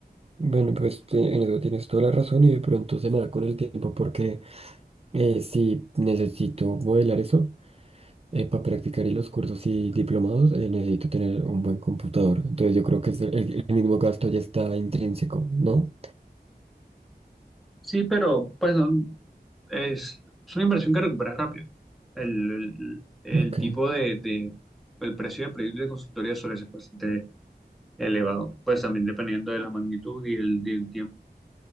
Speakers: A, on the right; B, in the centre.
A: Bueno, pues te- en eso tienes toda la razón y de pronto se me da con el tiempo porque eh, sí necesito modelar eso eh, para practicar y los cursos y diplomados eh, necesito tener un buen computador. Entonces yo creo que es el, el- el mismo gasto ya está intrínseco, ¿no?
B: Sí, pero pues no, es, es una inversión que recupera rápido. El, el- el
A: Ok,
B: tipo de, de- el precio de proyecto de consultoría suele ser bastante elevado, pues también dependiendo de la magnitud y el, del tiempo.